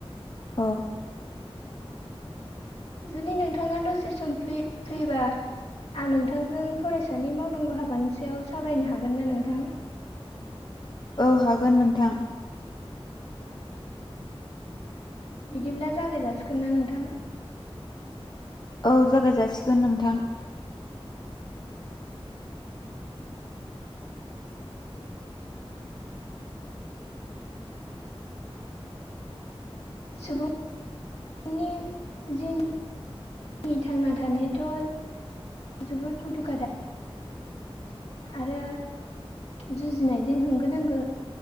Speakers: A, on the left; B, on the left.
A: अ।
B: जुदि नोंथाङा दसे सम फ्रि-फ्रिबा आं नोंथांजों फरायसानि मावनांगौ हाबानि सायाव सावरायनो हागोन ना नोंथां?
A: औ हागोन नोंथां।
B: बिदिब्ला जागाय जाासिगोन ना नोंथां।
A: औ जागाय जासिगोन नोंथां।
B: सुबुं। नि जिउ। नि थांना थानायाथ'। जोबोद गुदु गादा। आरो जुजिनायजों होंगो दोंगो